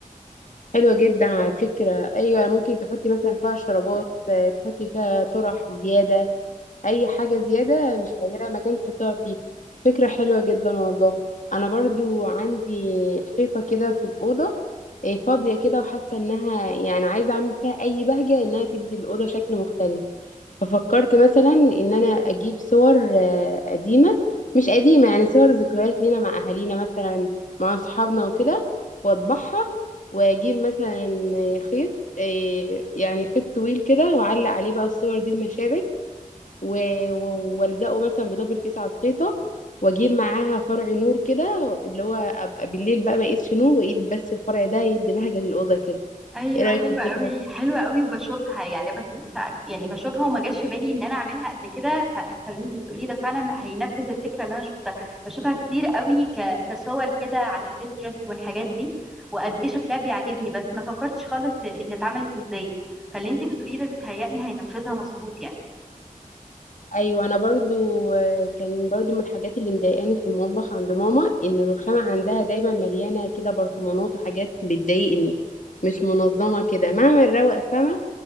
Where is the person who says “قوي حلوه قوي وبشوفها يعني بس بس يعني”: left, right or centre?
Centre